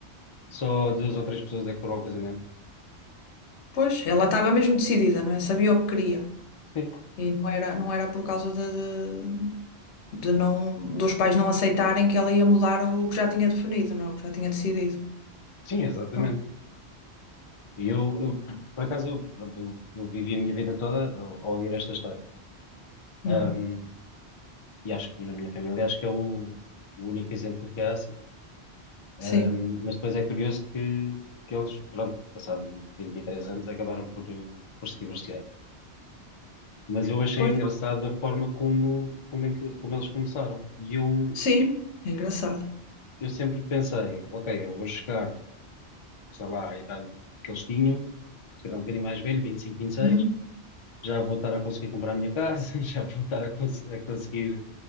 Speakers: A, on the left; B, on the left.
A: Só duas ou três pessoas é que foram ao casamento.
B: Pois, ela estava mesmo decidida, não é? Sabia o que queria.
A: Sim,
B: E não era, não era por causa de, de- de não, dos pais não aceitarem que ela ia mudar o, que já tinha definido, não, é? o que já tinha decidido.
A: sim, exatamente.
B: Bom,
A: E eu, eu, por acaso, eu, pronto, eu, eu vivi a minha vida toda a a ouvir esta história.
B: hum,
A: Ahm, e acho que na minha família, acho que é o, o único exemplo que há assim. Ahm,
B: sim,
A: mas depois é curioso que, que eles, pronto, passado 23 anos, acabaram por, eh, por se divorciar. Mas eu achei
B: pois,
A: engraçada a forma como, como, é que- como eles começaram. E eu,
B: sim, é engraçado.
A: eu sempre pensei, ok, eu vou chegar, sei lá, à idade que eles tinham, se calhar um bocadinho mais velho, vinte vinte e cinco vinte e seis
B: Uhum.
A: já vou estar a conseguir comprar a minha casa, <laughs> já vou estar a, cons- a conseguir